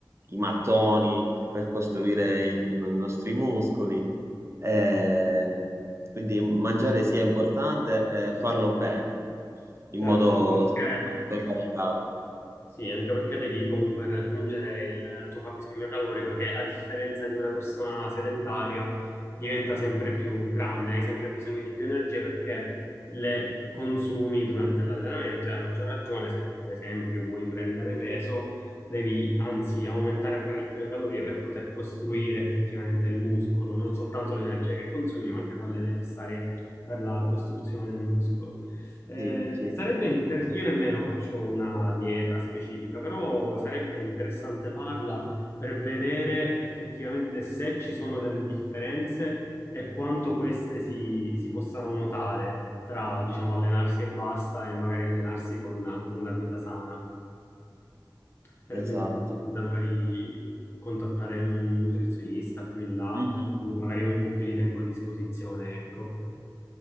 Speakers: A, on the right (about 35°); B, on the left (about 35°).
A: i mattoni per costruire i i nostri muscoli. Eh, quindi mangiare sì è importante, eh, farlo bene però, in
B: Certo,
A: modo
B: anche perché
A: sano e variegato.
B: Sì, anche perché devi comunque raggiungere il tuo fabbisogno calorico che a differenza di una persona sedentaria diventa sempre più grande, hai sempre bisogno di più energia perché le consumi durante l'allenamento e a maggior ragione se per esempio vuoi prendere peso, devi anzi aumentare ancora di più le calorie per poter costruire effettivamente il muscolo, non soltanto l'energia che consumi, ma anche quelle necessarie per la costruzione del muscolo. Eh,
A: Sì, sì,
B: sarebbe interessante, io nemmeno faccio una dieta specifica, però sarebbe interessante farla per vedere effettivamente se ci sono delle differenze e quanto queste si, si possano notare tra, diciamo, allenarsi e basta e magari allenarsi con anche una dieta sana. Sarebbe
A: esatto.
B: interessante magari contattare un nutrizionista più in là,
A: Mhm.
B: quando magari ho un po' più di tempo a disposizione, ecco.